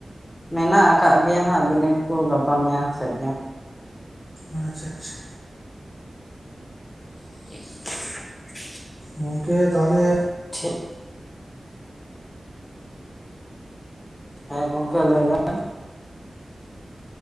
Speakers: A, on the left; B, in the centre.
A: ᱢᱮᱱᱟᱜ ᱟᱠᱟ ᱜᱮᱭᱟ ᱦᱟᱸᱜ ᱵᱤᱱᱤᱰ ᱠᱚ ᱜᱟᱯᱟ ᱢᱮᱭᱟᱝ ᱥᱮᱜ ᱜᱮ᱾
B: ᱟᱪ-ᱪᱷᱟ ᱟᱪᱪᱷᱟ᱾
A: <inaudible>
B: ᱜᱚᱝᱠᱮ ᱛᱟᱦᱚᱞᱮ᱾
A: ᱴᱷᱤᱠ᱾ ᱦᱮᱸ ᱜᱚᱢᱠᱮ ᱞᱟᱹᱭ ᱵᱮᱱ᱾